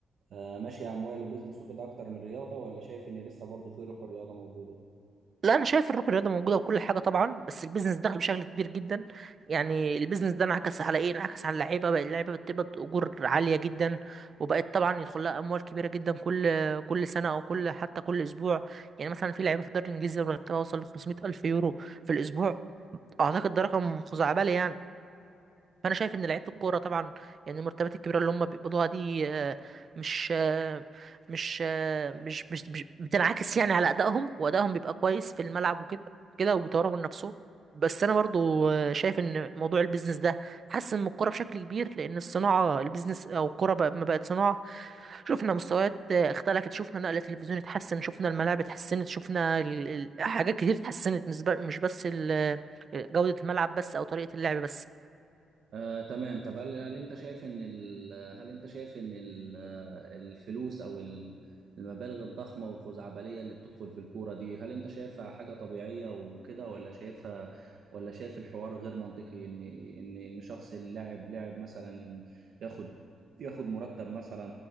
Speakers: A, on the right; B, on the right.
A: آه، ماشي اموال وبزنس وكده اكتر من رياضه ولا شايف ان لسه برضه في روح الرياضه موجوده
B: لا انا شايف الروح الرياضه موجوده وكل حاجه طبعا بس البيزنس دخل بشكل كبير جدا يعني البيزنس ده انعكس على ايه انعكس على اللعيبه بقى اللعيبه بتقبض اجور عاليه جدا وبقت طبعا يدخل لها اموال كبيره جدا كل كل سنه او كل حتى كل اسبوع يعني مثلا في لعيبه في الدوري الانجليزي مرتبها وصل ل 500 الف يورو في الاسبوع اعتقد ده رقم خزعبلي يعني فانا شايف ان لعيبه الكوره طبعا يعني المرتبات الكبيره اللي هم بيقبضوها دي آه، مش آه، مش آه، مش مش مش بتنعكس يعني على ادائهم وادائهم بيبقى كويس في الملعب وكده كده وبيطوروا من نفسهم بس انا برضو آه، شايف ان موضوع البيزنس ده حسن من الكوره بشكل كبير لان الصناعه البيزنس او الكوره بقى ما بقت صناعه شفنا مستويات آه، اختلفت شفنا نقل التلفزيون اتحسن شفنا الملاعب اتحسنت شفنا ال- ال- حاجات كتير اتحسنت مش ب- مش بس ال- آه، جودة الملعب بس او طريقة اللعب بس
A: آه، تمام طب هل هل انت شايف ان ال... هل انت شايف ان ال... آه، الفلوس او ال- المبالغ الضخمه والخزعبليه اللي بتدخل في الكوره دي هل انت شايفها حاجه طبيعيه وكده ولا شايفها ولا شايف الحوار غير منطقي ان ان ان شخص اللاعب لاعب مثلا إن ياخد ياخد مرتب مثلا